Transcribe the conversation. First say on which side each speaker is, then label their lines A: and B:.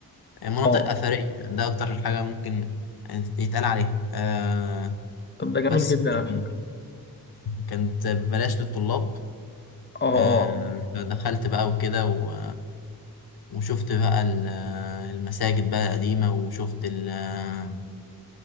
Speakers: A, on the left; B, on the left.
A: آه، مناطق
B: اه
A: أثرية ده أكتر حاجة ممكن يتقال عليها آه
B: طب ده جميل
A: بس
B: جدا
A: كان-
B: على فكرة
A: كانت ببلاش للطلاب
B: اه
A: آه فدخلت بقى وكده و... وشفت بقى ال- آه، المساجد بقى القديمة وشفت ال... آه